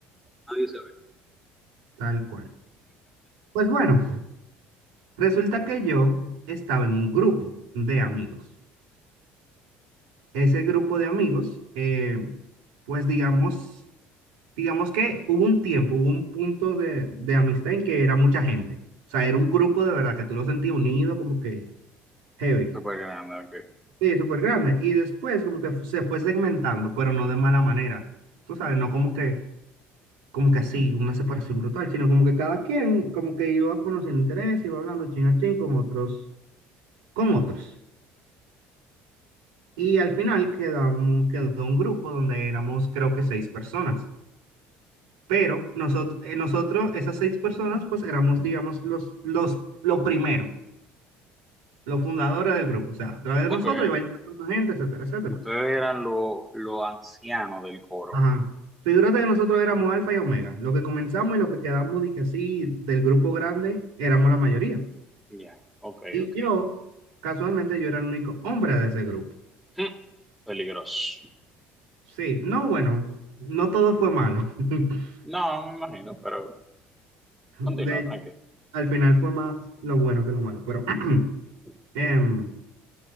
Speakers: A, in the centre; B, on the right.
A: nadie se ve.
B: tal cual. Pues bueno, resulta que yo estaba en un grupo de amigos. Ese grupo de amigos, eh, pues digamos, digamos que hubo un tiempo, hubo un punto de, de amistad en que era mucha gente. O sea, era un grupo de verdad que tú lo sentías unido, como que heavy.
A: Súper grande, ok.
B: Sí, súper grande. Y después como que se fue segmentando, pero no de mala manera. Tú sabes, no como que, como que así, una separación brutal, sino como que cada quien como que iba conociendo interés, iba hablando chin a chin con otros, con otros. Y al final quedamos, quedó un grupo donde éramos creo que seis personas. Pero nosotros, nosotros, esas seis personas, pues éramos, digamos, los, los, lo primero, los fundadores del grupo. O sea, a través de
A: Ok.
B: nosotros iba llegando gente, etcétera, etcétera.
A: Ustedes eran los los ancianos del coro.
B: Ajá. Figúrate que nosotros éramos alfa y omega. Lo que comenzamos y lo que quedamos, dije así, del grupo grande, éramos la mayoría.
A: Ya, Ok,
B: Y
A: ok.
B: yo, casualmente, yo era el único hombre de ese grupo.
A: Hmm, Peligroso.
B: Sí, no, bueno, no todo fue malo. <laughs>
A: No, me imagino, pero
B: De
A: continúa,
B: hecho,
A: tranquilo.
B: al final fue más lo bueno que lo malo, pero <clears throat>
A: Ujú.
B: em,